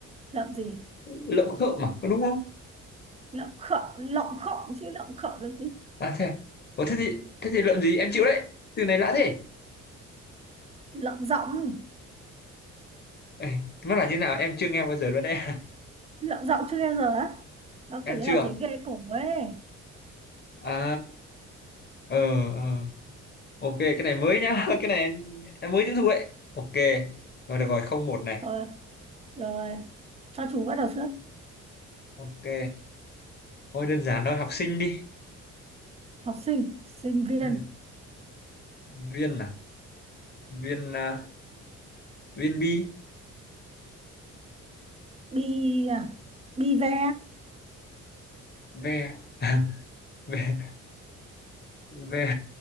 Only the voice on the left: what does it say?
lợm khợm mà có đúng không
à thế à? Ủa, thế thì thế thì lợm gì em chịu đấy từ này lạ thế
Ê, nó là như nào em chưa nghe bao giờ luôn đấy
<laughs>
em
chưa
à?
à ờ ờ ok cái này mới nhá <laughs> cái này em, em mới tiếp thu ấy ok rồi được rồi không một này
ok thôi đơn giản thôi học sinh đi
ừ. viên à viên à, viên bi
ve <laughs> ve ve